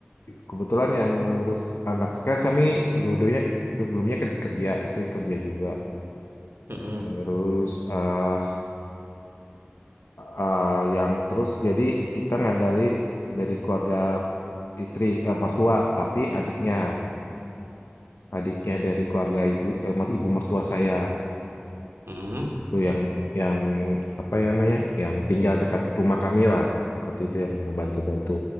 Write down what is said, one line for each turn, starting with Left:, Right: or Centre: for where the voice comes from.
Left: kebetulan yang ngurus anak kan kami dua-duanya sebelumnya kan kerja, istri kerja juga.
Right: mm Mm-mm.
Left: Terus eh eh, yang terus jadi kita ngandalin dari keluarga istri eh, mertua tapi adiknya adiknya dari keluarga ibu eh, mer- ibu mertua saya
Right: Mm.
Left: tuh yang yang apa ya namanya yang tinggal dekat rumah kami lah seperti itu yang membantu-bantu.